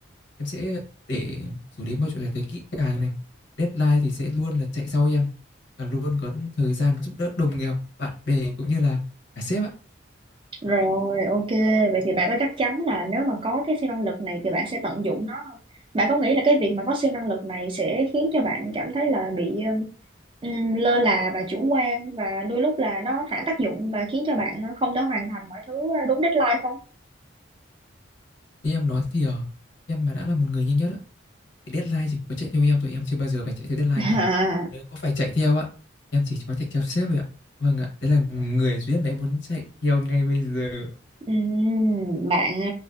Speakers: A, on the left; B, on the right.
A: em sẽ để xử lý mọi chuyện thật là kỹ càng này. Deadline thì sẽ luôn là chạy sau em và luôn có thời gian giúp đỡ đồng nghiệp, bạn bè cũng như là cả sếp ạ.
B: Rồi, ok. Vậy thì bạn có chắc chắn là nếu mà có cái siêu năng lực này thì bạn sẽ tận dụng nó không? Bạn có nghĩ là cái việc mà có siêu năng lực này sẽ khiến cho bạn cảm thấy là bị ừm, lơ là và chủ quan và đôi lúc là nó phản tác dụng và khiến cho bạn ờ, không thể hoàn thành mọi thứ ờ, đúng deadline không?
A: Như em nói thì ờ, em mà đã là một người nhanh nhất á, Thì Deadline thì có chạy theo em thôi, em chưa bao giờ phải chạy theo deadline
B: <laughs>
A: cả. Nếu có phải chạy theo á, em chỉ có chạy theo sếp vậy. ạ. Vâng ạ, đấy là người duy nhất mà em muốn chạy theo ngay bây giờ.
B: Ừm, bạn ờ,